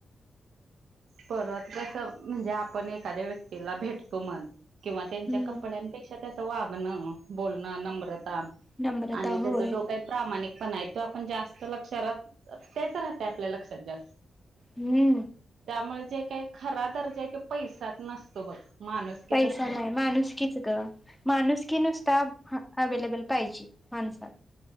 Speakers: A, on the right; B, in the centre.
A: परत कसं म्हणजे, आपण एखाद्या व्यक्तीला भेटतो म्हण. किंवा त्यांच्या
B: हम्म
A: कपड्यांपेक्षा त्याच वागणं बोलणं नम्रता
B: नम्रता
A: आणि
B: होय
A: त्याचा जो काही प्रामाणिक पणा आहे तो, आपण जास्त लक्षात राह- तेच राहतय आपल्या लक्षात जास्त.
B: हम्म,
A: त्यामुळे जे काही खरा दर्जा आहे, तो पैशात नसतो बघ माणुसकीत
B: पैसा
A: असतोय.
B: नाही माणुसकीच गं माणुसकी नुसता अवेलेबल पाहिजे माणसात.